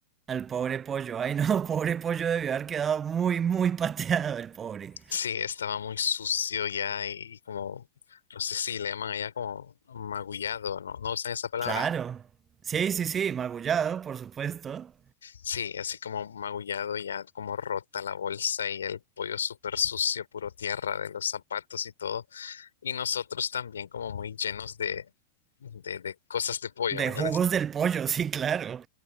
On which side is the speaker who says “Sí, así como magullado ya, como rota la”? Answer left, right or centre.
Left